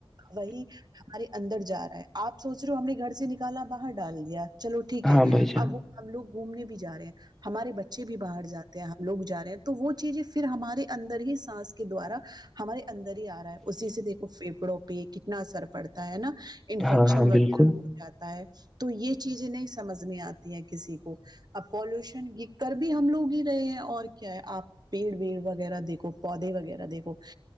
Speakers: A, on the right; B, in the centre.
A: وہی ہمارے اندر جا رہا ہے آپ سوچ رہو ہو ہم نے گھر سے نکالا باہر ڈال دیا چلو ٹھیک
B: ہاں
A: ہے
B: بھائی جان۔
A: اب وہ ہم لوگ گھومنے بھی جا رہے ہیں ہمارے بچے بچے بھی باہر جاتے ہیں ہم لوگ جا رہے ہیں تو وہ چیزیں پھر ہمارے اندر ہی سانس کے دوارا ہمارے اندر ہی آ رہا ہے اسی سے دیکھو پھیپھڑوں پہ کتنا اثر پڑتا ہےا انفیکشن
B: ہاں، ہاں،
A: وغیرہ
B: بالکل۔
A: جا ہے تو یہ چیزیں نہیں سمجھ میں آتی ہیں کسی کو اب پالوشن کی کر بھی ہم لوگ ہی رہے ہیں اور کیا ہے آپ پیڑ ویڑ وغیرہ دیکھو پودے وغیرہ دیکھو